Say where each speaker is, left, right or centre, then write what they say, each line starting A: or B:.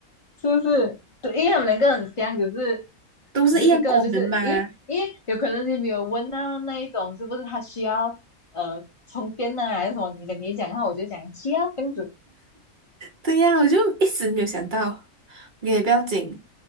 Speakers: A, on the left; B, on the right.
A: 是不是？对，因为他们两个很像，只是
B: 都是一样功能嘛。
A: 只是一个就是因为因为有可能你没有问到那一种是不是他需要呃充电呢、还是什么？你讲你讲的话，我就讲需要这样子。
B: 对呀，我就一时没有想到，也不要紧，